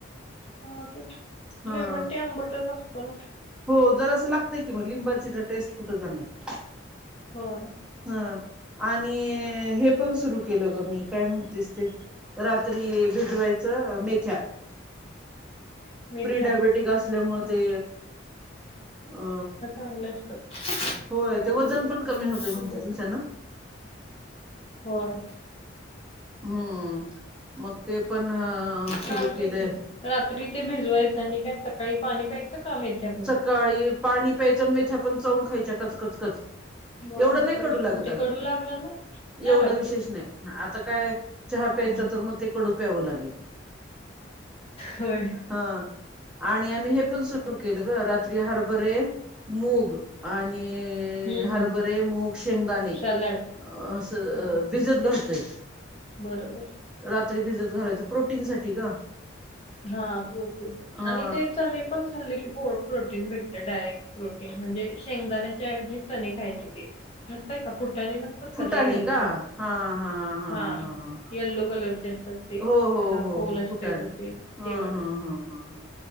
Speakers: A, on the left (about 30°); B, in the centre.
A: हा तेच
B: हा
A: लेमन टी आंबटच असतो ना.
B: हो जरासं लागतय की मग लिंबाची ज टेस्ट कुठं जाणार.
A: होय.
B: हा आणि हे पण सुरु केलं ग मी काय म्हणतीस ते. रात्री भिजवायचं अ मेथ्या.
A: मेथ्या
B: प्रिडायबेटिक असल्यामुळ
A: हा.
B: ते अ
A: चांगलं असतात.
B: होय
A: डायबिटीज
B: ते वजन पण कमी होतयं म्हणतात ना त्यान.
A: होय.
B: हम्म, मग ते पण सुरु
A: चालतय
B: केलंय.
A: की रात्री ते भिजवायचं आणि काय सकाळी पाणी प्यायचं का, मेथ्याच
B: काळी पाणी प्यायचं मेथ्या पण चावून खायच्या कचकचकच.
A: बापरे
B: एवढं नाही कडू लागत
A: मग ते
B: अग,
A: कडू लागलं ना नाही
B: एवढं
A: लागत
B: विशेष नाही. आता काय चहा
A: हा
B: प्यायचं तर मग ते कडू प्यावं लागेल.
A: होय
B: ह, आणि आम्ही हे पण सुरु केलग, रात्री हरभरे मूग आणि ते
A: हम्म
B: हरभरे,
A: हम्म
B: मूग, शेंगदाणे,
A: सॅलड
B: अस
A: हा
B: भिजत घालतोय.
A: बरोबर.
B: रात्री भिजत घालायचं, प्रोटीन साठी ग.
A: हा, प्रोटिन
B: हा
A: आणि ते चने पण. हल्ली प्रो प्रोटीन भेटत डायरेक्ट, प्रोटीन म्हणजे शेंगदाण्याच्या ऐवजी चने खायचे ते. नसतय का फुटाणे नसतंय अस
B: फुटाणे
A: का, ते यल्लो
B: का हा हा
A: हा
B: हा
A: येल्लो कलरचे असतात. तेच
B: हो हो
A: त्याला
B: हो
A: फोल
B: हो
A: असते
B: फुटाणे
A: बघ ते.
B: हा,
A: तेवाले
B: हा, हा, ह, ह